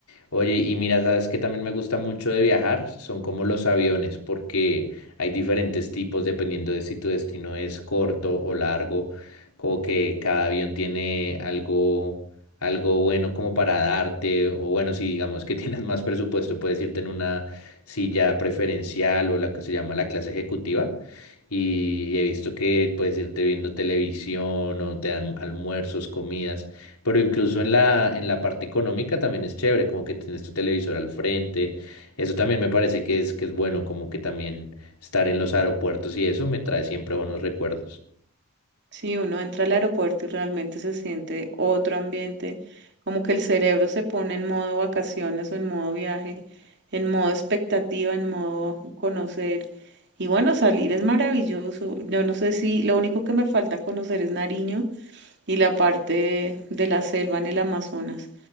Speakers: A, on the left; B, on the right.
A: Oye, y mira, sabes que también me gusta mucho de viajar, son como los aviones, porque hay diferentes tipos dependiendo de si tu destino es corto o largo, como que cada avión tiene algo, algo bueno como para darte, o bueno, si digamos que <laughs> tienes más presupuesto, puedes irte en una silla preferencial o la que se llama la clase ejecutiva. Y y he visto que puedes irte viendo televisión o te dan almuerzos, comidas. Pero incluso en la, en la parte económica también es chévere, como que tienes tu televisor al frente. Eso también me parece que es, que es bueno, como que también estar en los aeropuertos y eso me trae siempre buenos recuerdos.
B: Sí, uno entra al aeropuerto y realmente se siente otro ambiente, como que el cerebro se pone en modo vacaciones o en modo viaje, en modo expectativa, en modo conocer. Y bueno, salir es maravilloso. Yo no sé si lo único que me falta conocer es Nariño y la parte de, de la selva en el Amazonas.